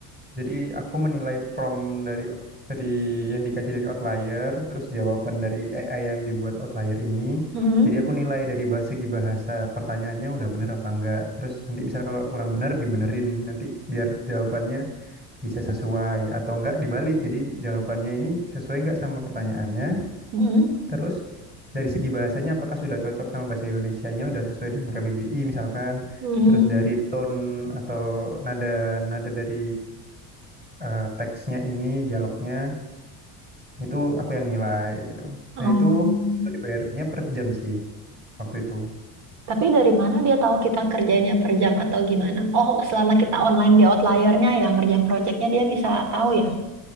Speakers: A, on the right; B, on the right.
A: Jadi aku menilai prompt dari dari yang dikasih dari outlier, terus jawaban dari AI yang dibuat outlier ini.
B: mm-mm,
A: Jadi aku nilai dari bah- segi bahasa pertanyaannya udah bener apa enggak. Terus nanti misal kalau kurang bener dibenerin nanti biar jawabannya bisa sesuai atau enggak dibalik. Jadi jawabannya ini sesuai enggak sama pertanyaannya.
B: mm-mm,
A: Terus dari segi bahasanya apakah sudah cocok sama bahasa Indonesianya udah sesuai dengan KBBI misalkan.
B: mm.
A: Terus dari tone atau nada nada dari eh, teksnya ini dialognya itu aku yang nilai gitu.
B: Oh.
A: Nah itu itu dibayarnya per jam sih waktu itu.
B: Tapi dari mana dia tahu kita kerjanya per jam atau gimana? Oh, selama kita online di Outlier-nya ya, ngerjain project-nya dia bisa tahu ya?